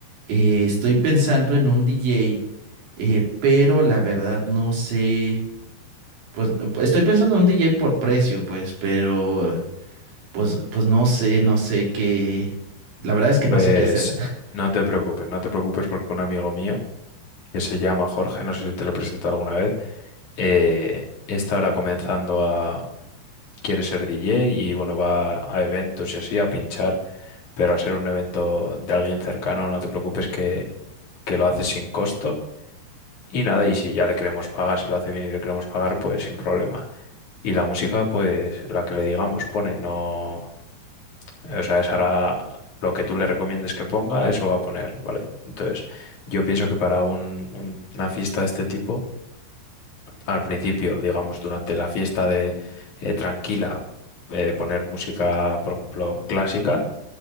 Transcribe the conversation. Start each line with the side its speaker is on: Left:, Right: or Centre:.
Right: eh, estoy pensando en un DJ, eh, pero la verdad no sé, pues estoy pensando en un DJ por precio, pues, pero... Pues, pues no sé, no sé qué. La verdad es que
Left: Pues
Right: no sé qué hacer. <laughs>
Left: no te preocupes, no te preocupes porque un amigo mío, que se llama Jorge, no sé si te lo he presentado alguna vez, eh, está ahora comenzando a... Quiere ser DJ y bueno, va a eventos y así a pinchar, pero al ser un evento de alguien cercano, no te preocupes que, que lo haces sin costo Y nada, y si ya le queremos pagar, si lo hace bien y le queremos pagar, pues sin problema. Y la música, pues la que le digamos, pone, no. O sea, esa hará lo que tú le recomiendes que ponga, eso va a poner, ¿vale? Entonces, yo pienso que para un- un- una fiesta de este tipo, al principio, digamos, durante la fiesta de eh, tranquila, eh, poner música, por ejemplo, clásica